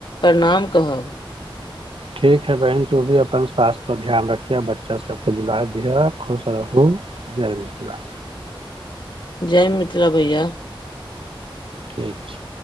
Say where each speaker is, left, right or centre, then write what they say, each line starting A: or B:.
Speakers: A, on the left; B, on the right.
A: प्रणाम कहब!
B: ठीक ह बहिन तू भी अपन स्वास्थ्य पर ध्यान रखिह बच्चा सबके दुलार दिह खुश रहू! जय मिथिला!
A: जय मिथिला भैया!
B: ठीक छै!